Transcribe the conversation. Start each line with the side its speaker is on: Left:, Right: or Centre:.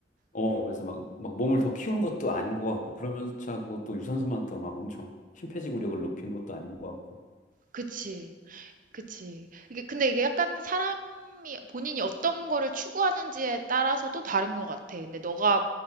Left: 어, 그래서 막, 막 몸을 더 키우는 것도 아닌 것 같고, 그러면서 하고 또 유산소만 더 막 엄청 심폐지구력을 높이는 것도 아닌 것 같고.
Right: 그치, 그치. 이게, 근데 이게 약간 사람이 본인이 어떤 거를 추구하는지에 따라서 또 다른 것 같아. 근데 너가